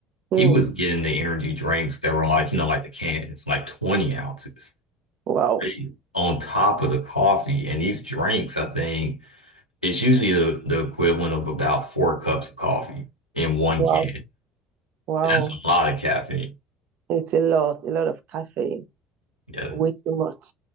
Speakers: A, on the right; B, on the left.
A: Hmm.
B: He was getting the energy drinks that were like, you know, like the cans, like 20 ounces
A: Wow,
B: right, on top of the coffee. And these drinks, I think, it's usually the, the equivalent of about four cups of coffee in one
A: wow,
B: can.
A: wow!
B: That's a lot of caffeine.
A: It's a lot, a lot of caffeine,
B: Yeah,
A: way too much.